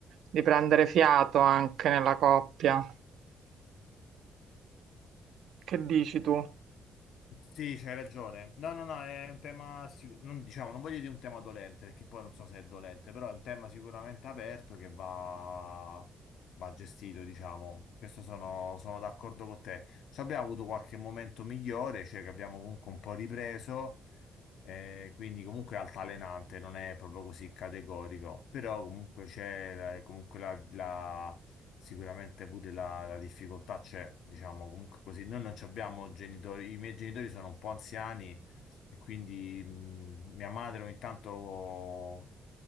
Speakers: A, on the right; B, on the left.
A: di prendere fiato anche nella coppia. Che dici tu?
B: Sì, c'hai ragione. No, no, no, è un tema, sicu- non, diciamo, non voglio dire un tema dolente, perché poi non so se è dolente, però è un tema sicuramente aperto che va, va gestito, diciamo. Questo sono, sono d'accordo con te. Ci abbiamo avuto qualche momento migliore, cioè che abbiamo comunque un po' ripreso, eh, quindi comunque è altalenante, non è proprio così categorico, però comunque c'è la- comunque la, Sicuramente pure la, la difficoltà c'è, diciamo, comunque così. Noi non ci abbiamo genitori, i miei genitori sono un po' anziani e quindi mh, mia madre ogni tanto